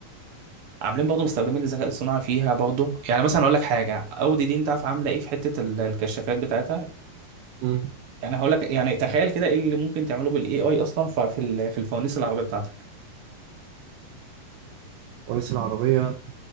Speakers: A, on the right; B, on the right.
A: عاملين برضه مستخدمين الذكاء الصناعي فيها برضه يعني مثلا اقول لك حاجه اودي دي انت عارف عامله ايه في حته ال- الكشافات بتاعتها
B: أمم.
A: يعني هقول لك يعني تخيل كده ايه اللي ممكن تعمله بالاي اي اصلا ف- في ال- في الفوانيس العربيه بتاعتك
B: ونسي العربية